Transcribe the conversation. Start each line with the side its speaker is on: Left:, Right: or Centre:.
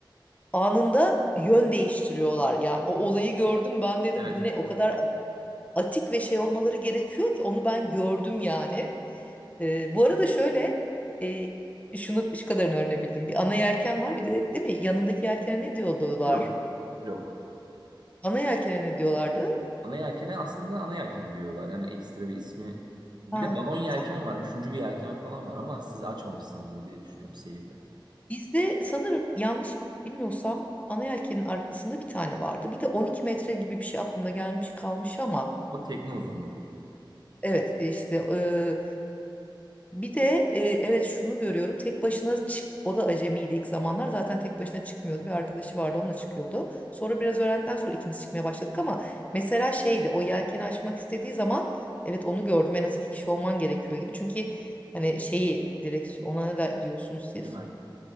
Left: Anında yön değiştiriyorlar. Yani o olayı gördüm ben dedim
Right: Evet.
Left: bu ne? O kadar atik ve şey olmaları gerekiyor ki onu ben gördüm yani. E, bu arada şöyle e, şunu şu kadarını öğrenebildim. Bir ana yelken var bir de değil mi? Yanındaki yelkene ne diyorlar?
Right: Lok. Lok.
Left: Ana yelkene ne diyorlardı?
Right: Ana yelkene aslında ana yelken diyorlar. Yani ekstra bir ismi. Bir
Left: Ha,
Right: de balon yelken
Left: sen-
Right: var. Üçüncü bir yelken falan var ama siz açmamışsınızdır diye düşünüyorum seyirde.
Left: Bizde sanırım yanlış bilmiyorsam ana yelkenin arkasında bir tane vardı. Bir de 12 metre gibi bir şey aklımda gelmiş kalmış ama
Right: O tekne uzunluğudur.
Left: evet işte e, bir de e, evet şunu görüyorum tek başına çık o da acemiydi ilk zamanlar zaten tek başına çıkmıyordu bir arkadaşı vardı onunla çıkıyordu. Sonra biraz öğrendikten sonra ikimiz çıkmaya başladık ama mesela şeydi o yelkeni açmak istediği zaman evet onu gördüm en az iki kişi olman gerekiyor gibi çünkü hani şeyi direksiyon ona ne de diyorsunuz siz?
Right: Dümen.